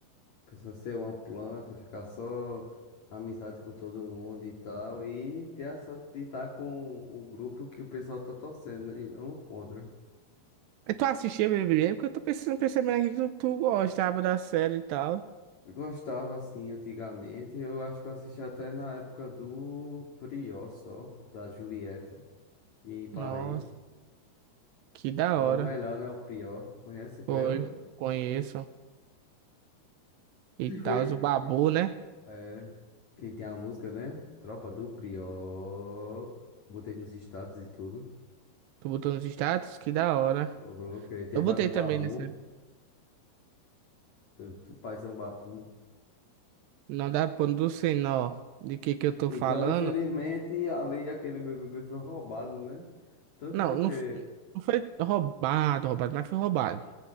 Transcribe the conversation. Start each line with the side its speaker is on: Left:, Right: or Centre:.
Left: A pessoa ser uma planta, ficar só amizade com todo mundo e tal. E ter a sorte de estar com o grupo que o pessoal tá torcendo, né? E não contra.
Right: Mas tu assistia BBB? Porque eu tô pensando, percebendo aqui que tu, tu gostava da série e tal.
Left: Eu Gostava assim antigamente. Eu acho que eu assisti até na época do Prió só, da Juliette. E aí parei.
Right: Nossa, que da
Left: Foi
Right: hora.
Left: o melhor, né? O pior. Conhece o Prior?
Right: Foi, conheço e
Left: <laughs>
Right: tal, o Babu, né?
Left: É. Que tem a música, né? Tropa do Prior. Botei nos status e tudo.
Right: Tu botou nos status? Que da hora.
Left: Eu Coloquei. Teve
Right: Eu botei
Left: a do Babu.
Right: também nessa,
Left: Do, do paizão Babu.
Right: não dá pra não sei nó de que que eu tô
Left: Então,
Right: falando.
Left: infelizmente, ali aquele BBB foi roubado, né? Tanto
Right: Não,
Left: porque.
Right: não, f- não foi roubado, roubado, mas foi roubado.